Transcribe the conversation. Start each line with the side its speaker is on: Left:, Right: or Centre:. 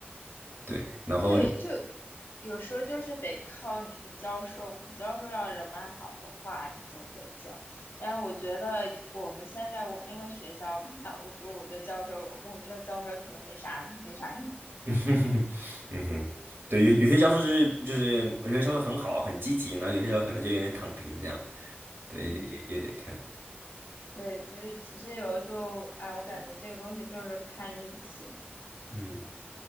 Right: 对，然后
Left: 对，就有时候就是得靠你的教授，你教授要人脉好的话，你就可以进。但是我觉得我们现在我那个学校吧，我觉得我的教授，我们的教授可能没啥没啥用。
Right: <laughs> 嗯哼，嗯哼，对，有有些教授是就是有些教授很好很积极，然后有些教授可能就有点躺平这样，对，
Left: 嗯，
Right: 也也得看。
Left: 对，所以其实有的时候，哎，我感觉这个东西就是看运气。
Right: 嗯，